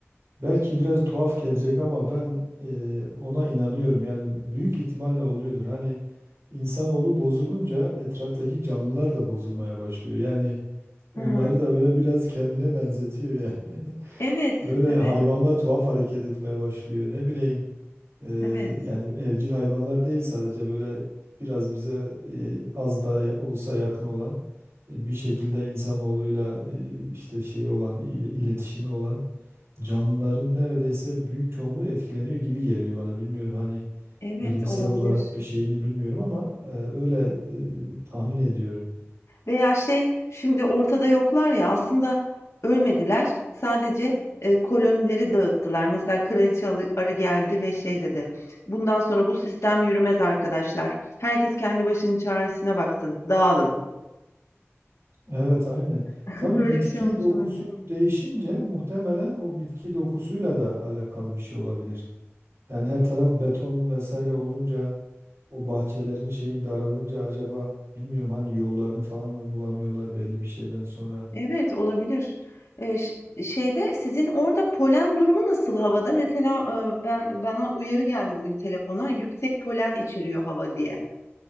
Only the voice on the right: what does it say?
Belki biraz tuhaf gelecek ama ben e, ona inanıyorum. Yani büyük ihtimalle oluyordur. Hani insanoğlu bozulunca etraftaki canlılar da bozulmaya başlıyor. Yani onları
da böyle biraz kendine benzetiyor yani. <laughs>
Böyle
hayvanlar tuhaf hareket etmeye başlıyor. Ne bileyim e,
yani evcil hayvanlar değil sadece böyle biraz bize e, az da ya- olsa yakın olan e, bir şekilde insanoğluyla e, işte şey olan il- iletişimi olan canlıların neredeyse büyük çoğunluğu etkileniyor gibi geliyor bana. Bilmiyorum hani
bilimsel
olarak bir şeyini bilmiyorum ama e, öyle e, tahmin ediyorum.
Evet aynen.
Tabii
bitki
dokusu
değişince muhtemelen o bitki dokusuyla da alakalı bir şey olabilir. Yani her taraf beton vesaire olunca o bahçelerin şeyi daralınca acaba bilmiyorum hani yollarını falan mı bulamıyorlar belli bir şeyden sonra.